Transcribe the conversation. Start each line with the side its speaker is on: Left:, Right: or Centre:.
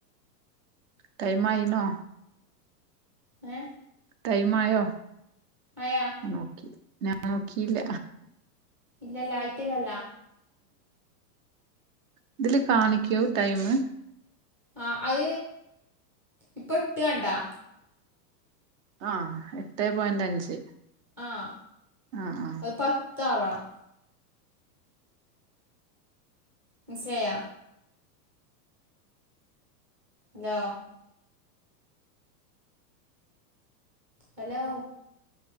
Right: ടൈം ആയിനൊ
Centre: ഏ
Right: ടൈം ആയോ
Centre: ആയ
Right: നോക്കി ഞാൻ നോക്കില്ല
Centre: ഇല്ലല്ലാ ആയിട്ടിലല്ല
Right: ഇതില് കാണിക്കോ ടൈമ്
Centre: ആഹ് ഇപ്പ എട്ട് കണ്ടാ
Right: ആ എട്ടേ പോയിന്റ് അഞ്ച്
Centre: ആഹ്.
Right: ആഹ്, ആഹ്
Centre: ഹ് പത്താവണം. മൻസിലായാ ഹലോ? ഹലോ.